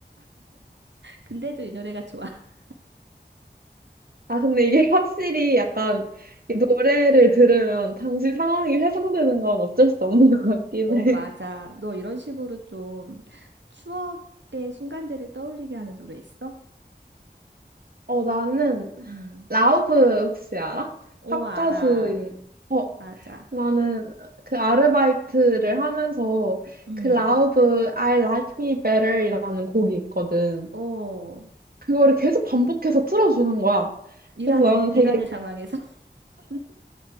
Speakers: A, on the right; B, on the right.
A: 근데도 이 노래가 좋아. <laughs>
B: 아, 근데 이게 <laughs> 확실히 약간 이 노래를 들으면 당시 상황이 회상되는 건 어쩔 수 없는 것 같긴
A: 어,
B: 해.
A: 맞아. 너 이런 식으로 좀 추억의 순간들을 떠올리게 하는 노래 있어?
B: 어, 나는
A: 음.
B: 라우브 혹시 알아?
A: 어,
B: 팝가수인.
A: 알아.
B: 어,
A: 맞아.
B: 나는 그 아르바이트를 하면서
A: 음.
B: 그 라우브 I Like Me Better이라는 곡이 있거든.
A: 어,
B: 그거를 계속 반복해서 틀어주는 거야.
A: 일하는,
B: 그래서 나는 되게,
A: 일하는
B: <laughs>
A: 상황에서? <laughs>